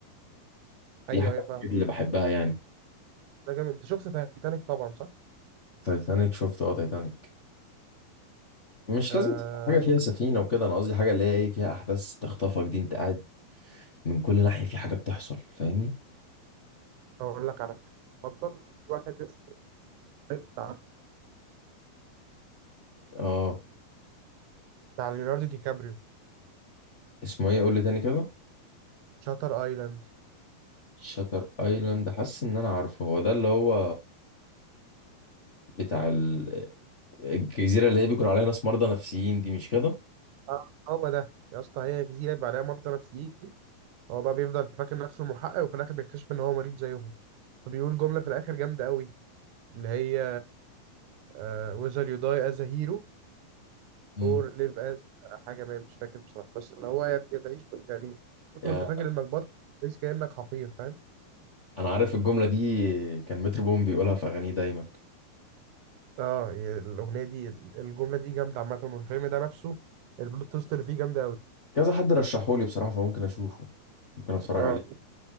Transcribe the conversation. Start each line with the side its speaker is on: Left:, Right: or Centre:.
Right: ايوه
Left: دي حاجة
Right: ايوه
Left: من
Right: فاهم
Left: الحاجات اللي بحبها يعني
Right: ده جامد انت شفت تايتانيك طبعا صح؟
Left: تايتانيك شفت اه تايتانيك مش
Right: آه
Left: لازم تبقى حاجة فيها سفينة وكده أنا قصدي حاجة اللي هي إيه فيها أحداث تخطفك دي أنت قاعد من كل ناحية في حاجة بتحصل فاهمني
Right: اقول لك على حاجة. اتفضل في واحد اسمه بتاع
Left: اه
Right: بتاع ليوناردو دي كابريو
Left: اسمه إيه قول لي تاني كده
Right: شاتر ايلاند
Left: شاتر ايلاند حاسس ان انا عارفه هو ده اللي هو بتاع ال- آه، الجزيره اللي هي بيكون عليها ناس مرضى نفسيين دي مش كده
Right: اه هو ده يا اسطى هي جزيرة يبقى عليها ممطر نفسيكي هو بقى بيفضل فاكر نفسه المحقق وفي الاخر بيكتشف ان هو مريض زيهم فبيقول جملة في الاخر جامدة قوي اللي هي آه whether you die as a hero
Left: مم.
Right: or live as حاجة ما مش فاكر بصراحة بس اللي هو يعني تعيش يعني كنت
Left: يا-
Right: وانت فاكر انك بطل تعيش كأنك حقير فاهم
Left: انا عارف الجمله دي كان مترو بوم بيقولها في اغانيه دايما
Right: اه ي- الاغنيه دي الجمله دي جامده عامه والفيلم ده نفسه البلوت تويست اللي فيه جامده قوي
Left: كذا حد رشحولي بصراحه فممكن اشوفه ممكن اتفرج
Right: اه
Left: عليه